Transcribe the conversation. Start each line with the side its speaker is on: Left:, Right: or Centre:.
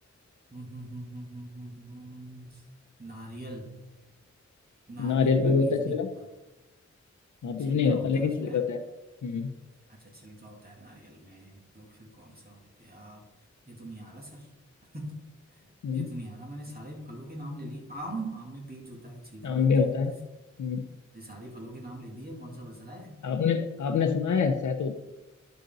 Right: हम्म हम्म हम्म हम्म हम्म हम्म, हम्म। नारियल नारियल
Left: नारियल पे
Right: में
Left: भी
Right: बीज
Left: होता है
Right: नहीं
Left: छिलका
Right: होता
Left: हाँ बीज
Right: छिलका
Left: नहीं होता
Right: होता
Left: लेकिन
Right: है उसमें
Left: छिलका
Right: हैं?
Left: होता है हम्म
Right: अच्छा छिलका होता है नारियल में तो फिर कौन सा हो गया ये तो नहीं आ रहा सर <laughs>
Left: हम्म
Right: ये तो नहीं आ रहा मैंने सारे फलों के नाम ले लिए आम आम में बीज होता है छिलका
Left: आम
Right: भी होता
Left: भी होता
Right: है
Left: है हम्म
Right: ये सारे फलों के नाम ले दिए कौन सा बच रहा है
Left: आपने आपने सुना है सहतूत